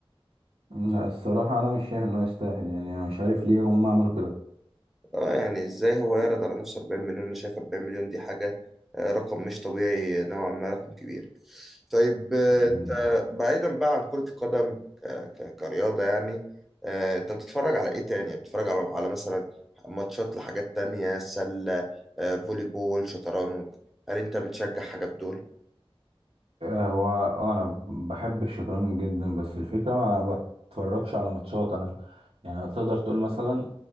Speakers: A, on the right; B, in the centre.
A: لا الصراحة أنا مش شايف إنه يستاهل يعني أنا مش عارف ليه هما عملوا
B: اه يعني ازاي هو يعرض على نفسه 40 مليون انا شايف 40 مليون دي حاجة آه، رقم مش طبيعي نوعا ما رقم كبير طيب آه،
A: كده
B: انت بعيدا بقى عن كرة القدم ك- ك- كرياضة يعني آه، انت بتتفرج على ايه تاني بتتفرج على على مثلا ماتشات لحاجات تانية سلة آه، فولي بول شطرنج هل انت بتشجع حاجة بدول
A: آه، هو آه، انا بحب الشطرنج جدا بس الفكره ما بتفرجش على ماتشات انا يعني تقدر تقول مثلا